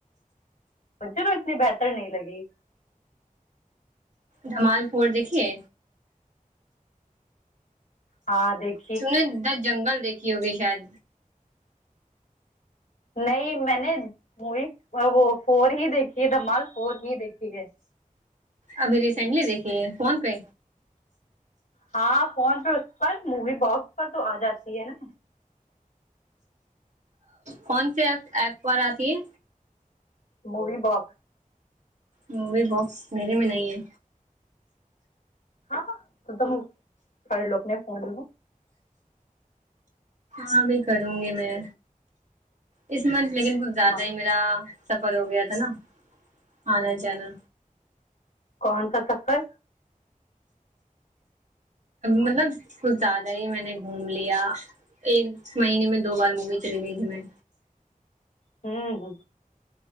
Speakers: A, on the left; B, on the right.
A: مجھے تو اتنی بہتر نہیں لگی
B: دھمال فور دیکھیے
A: ہاں دیکھ
B: تم نے دہ جنگل دیکھی ہوگی شاید
A: نہیں میں نے مووی وہ فور ہی دیکھی ہے دھمال فور ہی دیکھی ہے
B: ابھی ریسینٹلی دیکھی ہے فون پہ
A: ہاں فون پہ اس پر مووی باکس پر تو آ جاتی ہے نا
B: کون سے ایپ پر آتی ہے
A: مووی باکس
B: مووی باکس میرے میں نہیں ہے
A: ہاںاں تم سڑ لو نے فون
B: ہاں بھی کروں گی میں اس منتھ لیکن کچھ زیادہ
A: ہاں
B: ہی میرا سفر ہو گیا تھا نا آنا جانا
A: کون سا سفر
B: مطلب کچھ زیادہ ہی میں نے گھوم لیا ایک مہینے میں دو بار مووی چلی گئی تھی میں
A: ہوں ہ